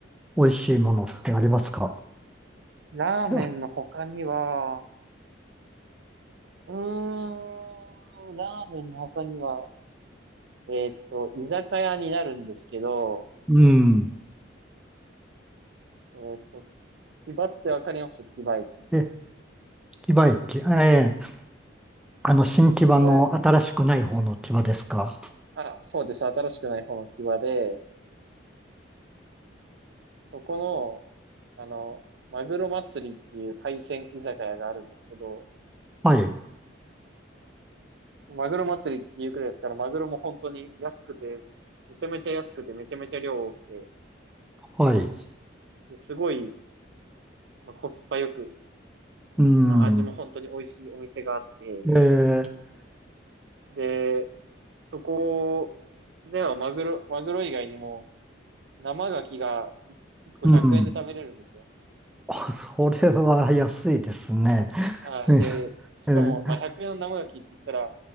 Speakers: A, in the centre; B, on the right (about 65°).
A: 美味しいものってありますか
B: ラーメンの他には、
A: <laughs>
B: うーん、ラーメンの他には、えーっと、居酒屋になるんですけど、
A: うん。
B: えーっと、牙ってわかります牙駅。
A: え、木場駅。ええ、あの、新木場の新しくない方の木場ですか
B: き牙、あ、そうです。新しくない方の牙で、そこの、あの、マグロ祭りっていう海鮮居酒屋があるんですけど、
A: はい、
B: マグロ祭りっていうくらいですから、マグロも本当に安くて、めちゃめちゃ安くて、めちゃめちゃ量多くて、
A: はい。
B: ですごい、まあ、コスパよく、
A: うん。
B: まあ、味も本当に美味しいお店があって、
A: ええ
B: で、そこではマグロ、マグロ以外にも生牡蠣が1個100円で食べれるんですよ。
A: うん。<laughs> あ、それは安いですね。
B: はい。
A: <laughs>
B: で、しかも、
A: ええ
B: まあ、100円の生ガキって言ったら、